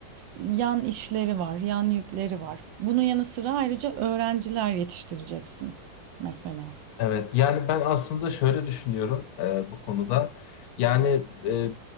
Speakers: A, on the right; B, on the left.
A: yan işleri var, yan yükleri var. Bunun yanı sıra ayrıca öğrenciler yetiştireceksin mesela.
B: Evet, yani ben aslında şöyle düşünüyorum e, bu konuda. Yani e,